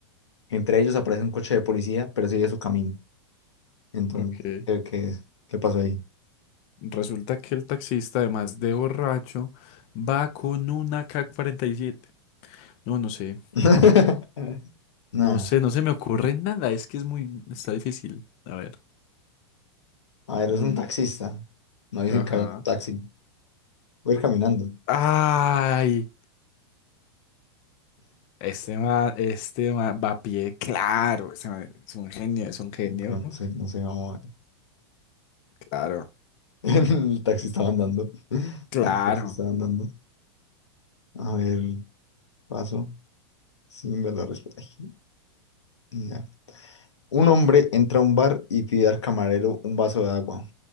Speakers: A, on the left; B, on the left.
A: Entre ellos aparece un coche de policía, pero sigue su camino. Entonces,
B: ok.
A: ¿qué, qué, qué pasó ahí?
B: Resulta que el taxista, además de borracho, va con una A K cuarenta y siete. No, no sé,
A: <laughs> Nada.
B: no sé, no se me ocurre nada. Es que es muy, está difícil. A ver.
A: A ver, es
B: Mm,
A: un taxista. No dicen
B: ajá.
A: que hay un taxi. Voy a ir caminando.
B: ¡Ay! Este man, este man va a pie, claro, ese man es un genio, es un genio,
A: Bueno, no sé, no sé, vamos a ver.
B: claro,
A: <laughs> El taxista va andando. <laughs>
B: claro.
A: El taxista va andando. A ver, paso. Sin ver la respuesta. Ay, ya. Un hombre entra a un bar y pide al camarero un vaso de agua.